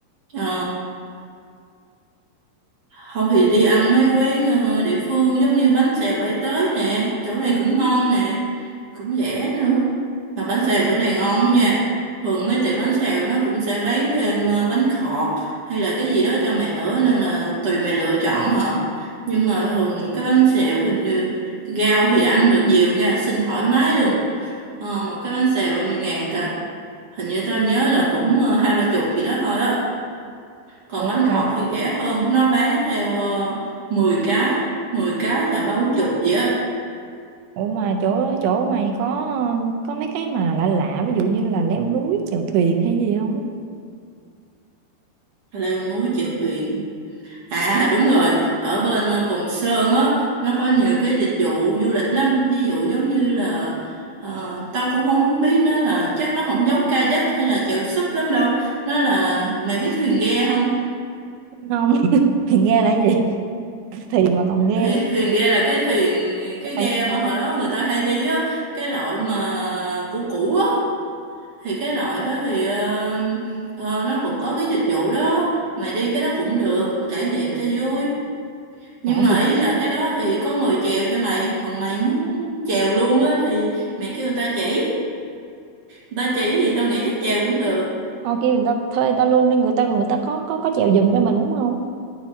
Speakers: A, on the right; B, on the right.
A: Ờ, Không thì đi ăn mấy quán ờ, địa phương giống như bánh xèo Bãi Tới nè, chỗ này cũng ngon nè, cũng rẻ nữa. Mà bánh xèo chỗ này ngon nha. Thường mấy tiệm bánh xèo nó cũng sẽ bán thêm ờ, bánh khọt hay là cái gì đó cho mày nữa nên là tùy mày lựa chọn hả. Nhưng mà thường cái bánh xèo hình như rau thì ăn được nhiều nha, xin thoải mái luôn. Ờ, một cái bánh xèo bao nhiêu ngàn ta? Hình như tao nhớ là cũng ờ, hai ba chục gì đó thôi á còn
B: ủa
A: bánh khọt
B: mà
A: thì rẻ hơn nó bán theo uh, 10 cái 10 cái là ba bốn chục vậy á
B: ủa mà chỗ chỗ mày có có mấy cái mà lạ lạ ví dụ như là leo núi chèo thuyền hay gì không
A: leo núi chèo thuyền à đúng rồi ở bên ờ, Cồn Sơn á nó có nhiều cái dịch vụ du lịch lắm ví dụ giống như là ờ, tao cũng không biết nó là chắc nó không giống kayak hay là chèo súp lắm đâu nó là mày biết thuyền ghe không
B: không thì nghe là cái gì thì mà còn nghe
A: thuyền,
B: nữa
A: thuyền ghe là cái thuyền cái
B: Thế là
A: ghe
B: nghe đó
A: mà hồi đó người ta hay đi á cái loại mà cũ cũ á thì cái loại đó thì ờ, ờ, nó cũng có cái dịch vụ đó mày đi cái đó cũng được trải nghiệm cho vui nhưng
B: à,
A: mà
B: thì
A: ý
B: kiểu-
A: là cái đó thì có người chèo cho mày còn mày muốn chèo luôn á thì mày kêu người ta chỉ người ta chỉ thì tao nghĩ chắc chèo cũng được
B: họ kêu người ta thuê người ta luôn đi người ta người ta có có có chèo giùm cho mình đúng không